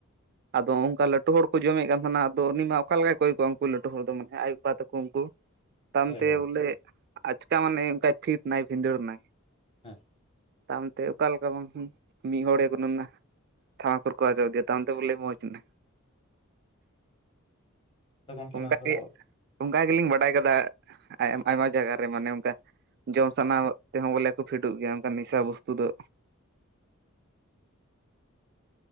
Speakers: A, on the right (about 50°); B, on the left (about 30°).
A: ᱟᱫᱚ ᱚᱝᱠᱟ ᱞᱟ ᱴᱩ ᱦᱚᱲ ᱠᱚ ᱡᱚᱢᱮᱫ ᱠᱟᱱ ᱛᱟᱦᱮᱸᱱᱟ ᱟᱫᱚ ᱩᱱᱤ ᱢᱟ ᱚᱠᱟ ᱞᱮᱠᱟᱭ ᱠᱚᱭ ᱠᱚᱣᱟ ᱩᱱᱠᱩ ᱞᱟᱹᱴᱩ ᱦᱚᱲ ᱫᱚ ᱢᱟᱱᱮ ᱟᱡ ᱵᱟᱵᱟ ᱛᱟᱠᱚ ᱩᱝᱠᱩ᱾ ᱛᱟᱭᱚᱢ
B: ᱦᱳᱭ
A: ᱛᱮ
B: ᱦᱳᱭ
A: ᱵᱚᱞᱮ, ᱟᱪᱠᱟ ᱢᱟᱱᱮ ᱚᱝᱠᱟᱭ ᱯᱷᱤᱴ ᱱᱟᱭ ᱵᱷᱤᱸᱫᱟᱹᱲ ᱱᱟᱭ᱾
B: ᱦᱮᱸ᱾
A: ᱛᱟᱭᱚᱢ ᱛᱮ ᱚᱠᱟ ᱞᱮᱠᱟ ᱵᱟᱝ, ᱢᱤᱫ ᱦᱚᱲᱮ <unintelligible> ᱛᱷᱟᱢᱟᱠᱩᱨ ᱠᱚᱭ <unintelligible> ᱛᱟᱭᱚᱢ ᱛᱮ ᱵᱚᱞᱮ ᱢᱚᱪᱮᱱᱟ᱾
B: ᱟᱫᱚ ᱜᱚᱝᱠᱮ
A: ᱚᱝᱠᱟ
B: ᱱᱚᱣᱟ ᱠᱚᱫᱚ
A: ᱜᱮ ᱚᱝᱠᱟ ᱜᱮᱞᱤᱧ ᱵᱟᱰᱟᱭ ᱠᱟᱫᱟ, ᱟᱭ ᱟᱭᱢᱟ ᱡᱟᱭᱜᱟ ᱨᱮ ᱢᱟᱱᱮ ᱚᱝᱠᱟ, ᱡᱚᱢ ᱥᱟᱱᱟ ᱛᱮᱦᱚᱸ ᱵᱚᱞᱮ ᱠᱚ ᱯᱷᱤᱴᱩᱜ ᱜᱮᱭᱟ ᱚᱝᱠᱟ ᱱᱮᱥᱟ ᱵᱚᱥᱛᱩ ᱫᱚ,